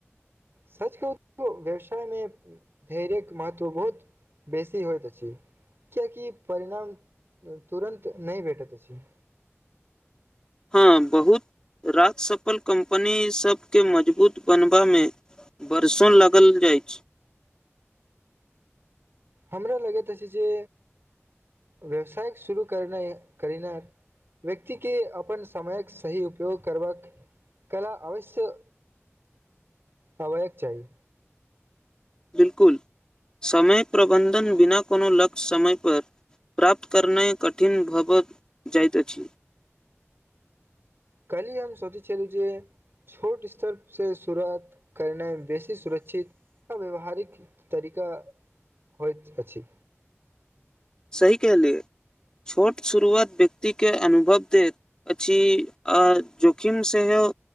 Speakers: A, on the right (about 55°); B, on the left (about 15°).
A: सच कह व्यवसायमे धैर्य महत्व बहुत बेसी होइइत अछि। कियकि परिणाम तुरन्त नहि भेटैत अछि।
B: <inaudible> हँ, बहुत राजसफल कंपनी सबके मजबूत बनबामे बरसन लागल जाइत
A: हमरो लगैत छै। जे व्यवसाय शुरू करने करिना व्यक्तिके अपन समयक सही उपयोग करबाक कला अवश्य
B: <inaudible>
A: हैवाक चाही
B: बिलकुल समय प्रबन्धन बिना कोनो लक्ष्य समय पर प्रााप्त करना कठिन भव जाइत अछि।
A: कली हम सोचे छलु जी छोट स्तर से शुरुआत करनाइमे बेसी सुरक्षित टा व्यावहारिक तरीका होत अछि।
B: सही कह लियए छोट शुरुआत व्यक्तिके अनुभव दैत अछि। आ जोखिम सेहो